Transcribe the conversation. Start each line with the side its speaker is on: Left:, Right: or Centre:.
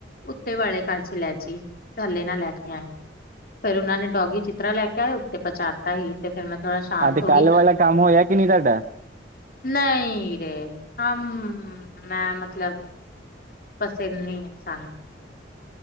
Left: ਉੱਤੇ ਵਾਲੇ ਘਰ ਚ ਲੈ ਜੀ ਹੱਲੇ ਨਾ ਲੈ ਕੇ ਆਈਂ। ਫੇਰ ਉਹਨਾਂ ਨੇ ਡੋਗੀ, ਜਿਸ ਤਰ੍ਹਾਂ ਲੈ ਕੇ ਆਏ ਉਸ ਤਰ੍ਹਾਂ ਪਹੁੰਚਾ ਦਿੱਤਾ। ਤਾਂ ਹੀ, ਤੇ ਫਿਰ ਮੈਂ ਥੋੜਾ ਸ਼ਾਂਤ
Right: ਆ ਤੇ
Left: ਹੋ ਗਈਂ।
Right: ਕੱਲ ਵਾਲਾ ਕੰਮ ਹੋਇਆ ਕਿ ਨਹੀਂ ਤੁਹਾਡਾ
Left: ਨਹੀਂ ਰੇ, ਹਮ ਮੈਂ, ਮਤਲਬ। ਬਸ, ਇਨ੍ਹਾਂ ਹੀਂ ਸਾਨ।